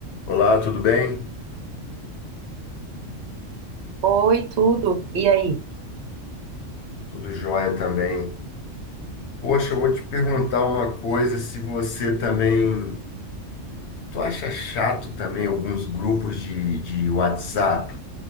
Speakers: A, on the left (about 60°); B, on the right (about 65°).
A: Olá, tudo bem?
B: Oi, tudo. E aí?
A: Tudo jóia também. Poxa, eu vou te perguntar uma coisa, se você também, tu acha chato também alguns grupos de, de WhatsApp